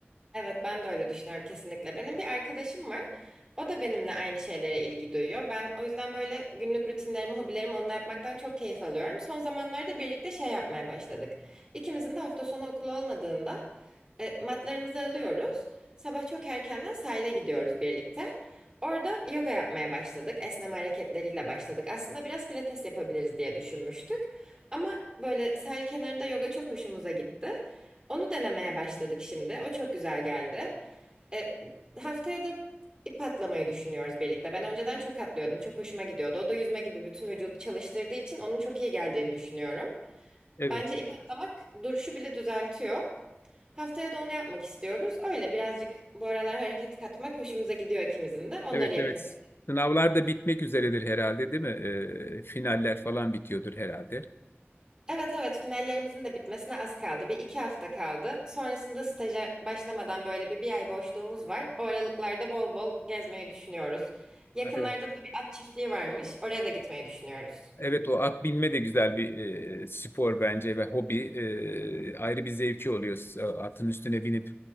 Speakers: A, on the right; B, on the left.
A: Evet ben de öyle düşünüyorum kesinlikle. Benim bir arkadaşım var. O da benimle aynı şeylere ilgi duyuyor. Ben o yüzden böyle günlük rutinlerimi, hobilerimi onunla yapmaktan çok keyif alıyorum. Son zamanlarda birlikte şey yapmaya başladık. İkimizin de hafta sonu okulu olmadığında e, matlarımızı alıyoruz. Sabah çok erkenden sahile gidiyoruz birlikte. Orada yoga yapmaya başladık. Esneme hareketleriyle başladık. Aslında biraz pilates yapabiliriz diye düşünmüştük. Ama böyle sahil kenarında yoga çok hoşumuza gitti. Onu denemeye başladık şimdi. O çok güzel geldi. E, haftaya da ip atlamayı düşünüyoruz birlikte. Ben önceden çok atlıyordum. Çok hoşuma gidiyordu. O da yüzme gibi bütün vücudu çalıştırdığı için onun çok iyi geldiğini düşünüyorum.
B: Evet,
A: Bence ip atlamak duruşu bile düzeltiyor. Haftaya da onu yapmak istiyoruz. Öyle birazcık bu aralar hareket katmak hoşumuza gidiyor ikimizin de. Onları
B: evet,
A: yapıyoruz.
B: evet. Sınavlar da bitmek üzeredir herhalde, değil mi? Ee, finaller falan bitiyordur herhalde.
A: Evet evet finallerimizin de bitmesine az kaldı. Bir iki hafta kaldı. Sonrasında staja başlamadan böyle bir, bir ay boşluğumuz var. O aralıklarda bol bol gezmeyi düşünüyoruz. Yakınlarda
B: Evet.
A: da bir at çiftliği varmış. Oraya da gitmeyi düşünüyoruz.
B: Evet o at binme de güzel bir e, spor bence ve hobi. E, ayrı bir zevki oluyor S- atın üstüne binip